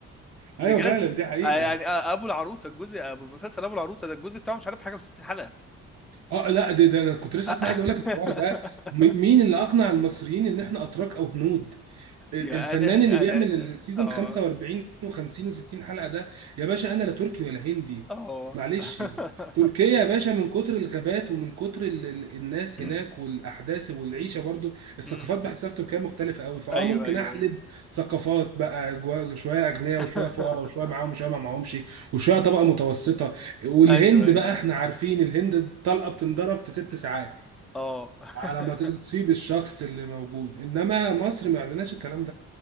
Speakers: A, in the centre; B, on the right.
A: بجد
B: ايوه فعلا دي حقيقة
A: آه، يعني آه، ابو العروسه الجزء ابو مسلسل ابو العروسه ده الجزء بتاعه مش عارف حاجه و60 حلقه
B: اه لا ده, ده انا كنت لسه
A: <laughs>
B: اصلا عايز اقول لك الحوار ده م- مين اللي اقنع المصريين ان احنا اتراك او هنود ال-
A: يا
B: الفنان
A: انا
B: اللي بيعمل
A: انا
B: السيزون
A: اه
B: 45 و50 و60 حلقه ده يا باشا انا لا تركي ولا هندي
A: اه
B: معلش
A: <clears throat>
B: تركيا يا باشا من كتر الغابات ومن كتر ال ال الناس
A: <laughs>
B: هناك والاحداث والعيشه برضو الثقافات
A: أمم،
B: بحسها في تركيا مختلفه قوي فاه
A: ايوه
B: ممكن
A: ايوه
B: احلب
A: ايوه
B: ثقافات بقى جوا شويه اغنياء
A: <laughs>
B: وشويه فقراء وشويه معاهم وشويه ما معاهمش وشويه طبقه متوسطه والهند
A: ايوه ايوه
B: بقى
A: ايوه
B: احنا عارفين الهند الطلقه بتنضرب في ست ساعات
A: اه <laughs>
B: على ما تصيب الشخص اللي موجود انما مصر ما عندناش الكلام